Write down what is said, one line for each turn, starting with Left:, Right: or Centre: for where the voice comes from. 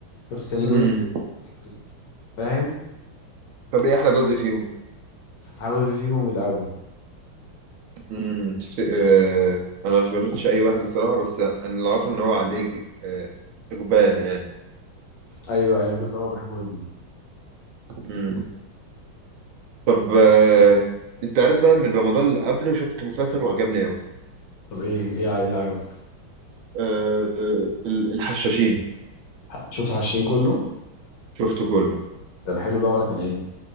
Left: شفت تاني
Right: امم
Left: جزء وبتاع تالت جزء فاهم
Right: طب ايه احلى جزء فيهم
Left: عاوز فيهم الاول
Right: امم تفت... آه... انا ما شفتش اي واحد الصراحه بس انا اللي عارفه ان هو عليه آه... اقبال يعني
Left: ايوه ايوه الجزء الاول بحبه جدا
Right: امم طب آه، انت عارف بقى من رمضان اللي قبله شفت مسلسل وعجبني قوي
Left: طب ايه ايه اللي عجبك
Right: آه، ال- الحشاشين
Left: شفت عشرين كله
Right: شفته كله
Left: كان حلو بقى ولا كان ايه